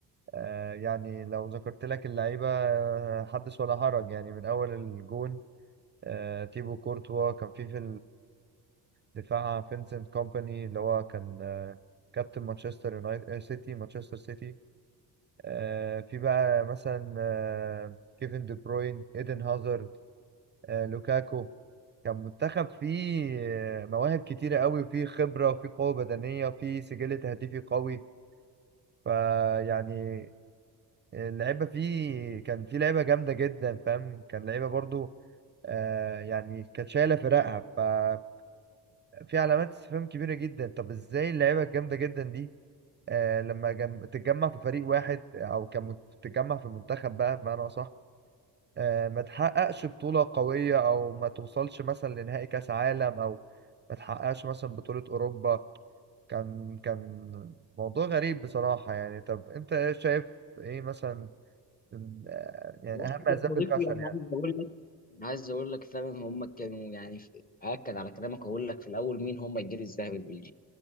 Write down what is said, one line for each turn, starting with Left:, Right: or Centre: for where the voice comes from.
Right: آه، يعني لو ذكرت لك اللعيبة آه، حدث ولا حرج يعني من أول الجون آه، تيبو كورتوا كان في في الدفاع فينسنت كومباني اللي هو كان آه، كابتن مانشستر يونايتد آه، سيتي مانشستر سيتي آه، في بقى مثلا آه، كيفن دي بروين ايدن هازارد آه، لوكاكو كان منتخب فيه آه، مواهب كتيرة قوي وفيه خبرة وفيه قوة بدنية وفيه سجل تهديفي قوي فيعني اللعيبة فيه كان فيه لعيبة جامدة جدا فاهم كان لعيبة برضو آه، يعني كانت شايلة فرقها ففي علامات استفهام كبيرة جدا طب ازاي اللعيبة الجامدة جدا دي آه، لما جم... تتجمع في فريق واحد آه، او كان مت- تتجمع في منتخب بقى بمعنى اصح آه، ما تحققش بطولة قوية أو ما توصلش مثلا لنهائي كأس عالم أو ما تحققش مثلا بطولة أوروبا كان كان موضوع غريب بصراحة يعني طب أنت إيه شايف إيه مثلا من- آه، يعني
Left: بص
Right: أهم
Left: يا
Right: أسباب
Left: صديقي
Right: الفشل
Left: انا
Right: يعني
Left: عايز اقول لك عايز اقول لك فعلا هم كانوا يعني في- اكد على كلامك اقول لك في الاول مين هم الجيل الذهبي البلجيكي